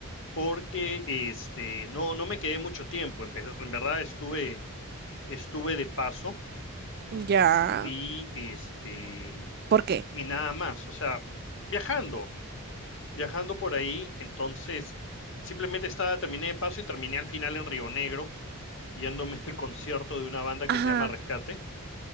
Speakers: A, on the left (about 55°); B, on the right (about 45°).
A: porque este, no, no me quedé mucho tiempo. Empecé- en verdad estuve, estuve de paso
B: Ya.
A: y, este,
B: ¿Por qué?
A: y nada más. O sea, viajando, viajando por ahí. Entonces, simplemente estaba, terminé de paso y terminé al final en Río Negro yéndome al concierto de una banda que
B: Ajá.
A: se llama Rescate